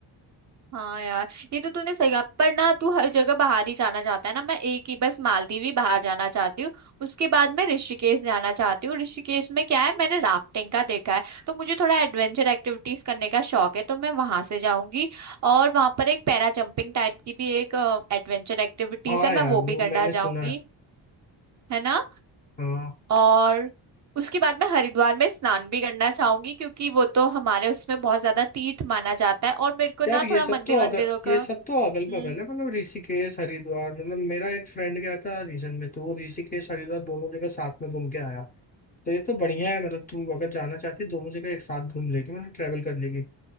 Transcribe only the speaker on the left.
हाँ
यार
वो
मैंने सुना
है
हाँ
यार ये
सब
तो
अगर ये
सब
तो अगल बगल है मतलब ऋषिकेश हरिद्वार मतलब मेरा एक फ्रेंड गया था रीसेंट में तो वो ऋषिकेश हरिद्वार दोनों जगह साथ में घूम के आया तो ये तो बढ़िया है मतलब तू अगर जाना चाहती है, दोनों जगह एक साथ घूम लेगी मतलब ट्रेवल कर लेगी